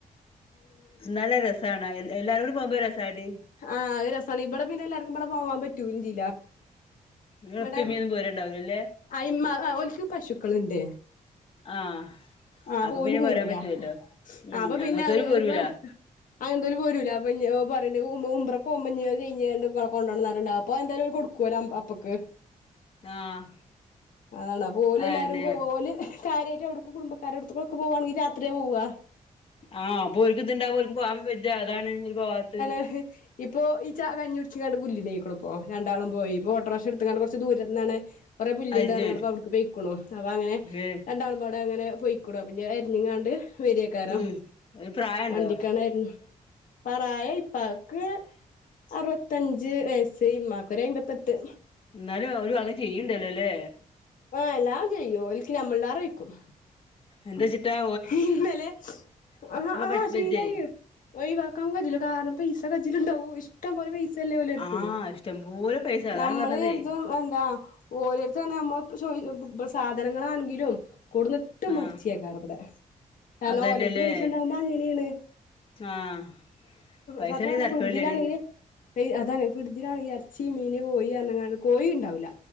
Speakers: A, on the left; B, on the left.
A: ഇന്നാൽ അത്‌ രസാണ് എല്ലാരും കൂടി പോവ്മ്പൊ രസാടി
B: ആഹ് ഒരു രസമാണ് ഇവിടെ പിന്നെ എല്ലാർക്കുംപാടെ പോവാൻ പറ്റും ചെയൂല്ല
A: ഇങ്ങളെ
B: ഇവിടെ
A: ഇപ്പിം ഇമ്മിയൊന്നും പോരുണ്ടാവൂലല്ലേ
B: ആഹ് ഇമ്മ ഓല്ക്ക് പശുക്കളുണ്ട്
A: ആഹ്
B: ആഹ് അപ്പൊ
A: പിന്നെ
B: ഓല് പോരൂല
A: പോരാൻ പറ്റുവല്ലോ ഉം
B: ആഹ് അപ്പൊ
A: അങ്ങനത്തോര്
B: പിന്നെ അത്
A: പോരൂല
B: ഇപ്പ അങ്ങനെത്തോല് പോരൂല <unintelligible> പറയിണ്ട് ഉം ഉംറക്ക്‌ പോമ്പനി അത്‌ കഴിഞ്ഞാണ്ട് കൊണ്ടോണംന്ന്റിയ്ണ്ട് അപ്പൊ എന്തായാലും ഓര് കൊടുക്കുവോലൊ അപ്പക്ക്
A: ആഹ്
B: അതാണ് അപ്പൊ ഓല്
A: അയെന്നെ
B: എല്ലാരും പോല് ഓല് കാര്യായിട്ട് എവുട്ക്ക്‌ കുടുംബക്കാരൊട്ത്ത്ക്ക്‌ ഒക്കെ പോവാണെങ്കിൽ രാത്രിയാ പോവ
A: ആഹ് അപ്പോ ഓല്ക്ക് ഇതുണ്ടാമ്പോ ഓല്ക് പോവാനും വജ്ജ അതാണ് ഓല് പോവാത്തത്
B: <unintelligible> ഇപ്പൊ ഈ ച കഞ്ഞി കൂട്ച്ചു കാണ്ട് പുല്ലി ന്റെ അയിക്കൂടെ ഇപ്പോ രണ്ടാളും പോയി ഇപ്പൊ ഓട്ടോറ്ക്ഷ ഇടുത്ത്ക്കാണ്ട് കുറച്ച് ദൂരന്നാണ് കുറെേ പുല്ല്
A: അയ്ജോൻ
B: ണ്ട് പറഞ്ഞ് കാണ്ട് ഇപ്പൊ അവിട്ക്ക് പോയിക്ക്‌ണു അപ്പൊ അങ്ങനെ
A: ഏഹ്
B: രണ്ടാളും പാടെ അങ്ങനെ പോയി അപ്പൊ ഇനി അത്‌ അരിഞ്ഞ്ങ്ങാണ്ട് വരേക്കാരം
A: ഉം ഒരു പ്രായണ്ടോ
B: വണ്ടിക്കാണ് വര്ണെ പറായ ഇപ്പാക്ക് അറുപത്തഞ്ച് വയസ്സ് ഇമ്മാക് ഒരു അയ്മ്പത്തെട്ട്
A: ഇന്നാലും ഓലു അങ്ങ് ചെയ്യ്ണ്ടല്ലോലേ
B: ആഹ എല്ലാം ചെയ്യും ഓല്ക്ക് ഞമ്മളിലേറേ വെയ്ക്കും
A: എന്തീച്ചിട്ടാ
B: ഇന്നലെ ആഹ് ആഹ്
A: പറ്റ്
B: ശീലായി
A: വെജ്ജേ
B: ഒയിവാക്കാൻ കജ്ജുല കാരണം പൈസ കജിലുണ്ടാവും ഇഷ്ടം പോലെ പൈസല്ലേ ഓലെട്ത്
A: ആഹ് ഇഷ്ടംപോലെ പൈസ അതാണ്
B: ഞമ്മൾ
A: പറഞ്ഞതേ
B: കര്തും എന്താ ഓലട്ത് പറഞ്ഞ ഞമ്മള് ഇപ്പ ചോ സാധനങ്ങളാണെങ്കിലും കൊടന്ന് ഇട്ട്
A: ആഹ്
B: മറിച്ചി ഏക്കാരം ഇബടെ കാരണം
A: അതന്നെല്ലേ
B: ഓലെട്ത് പൈസ ഇണ്ടാവുമ്പോ അങ്ങനേണ്
A: ആഹ് പൈസണ്ടെങ്കി
B: സത്യം പറഞ്ഞ
A: തരക്കേടില്ലടി
B: ഫിഡ്ജിലാണെങ്കിൽ അതാണ് ഫിഡ്ജിലാണെങ്കിൽ ഇറച്ചി മീന് കോയി പറഞ്ക്കാണ്ട് കോയിം ഇണ്ടാവൂല